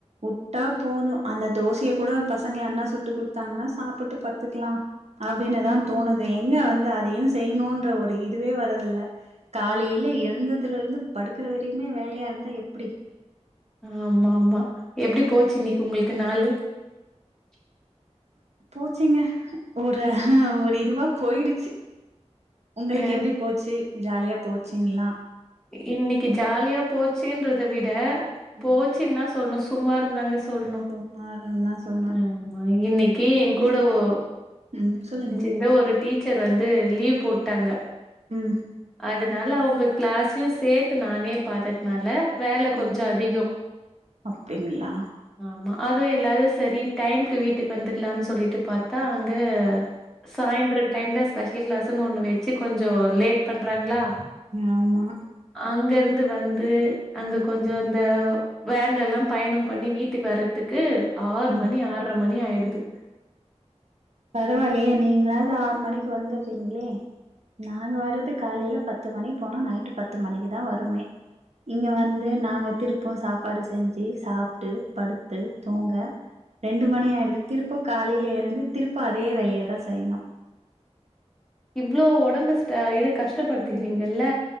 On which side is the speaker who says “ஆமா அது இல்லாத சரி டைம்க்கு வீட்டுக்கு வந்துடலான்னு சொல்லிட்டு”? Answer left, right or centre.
Centre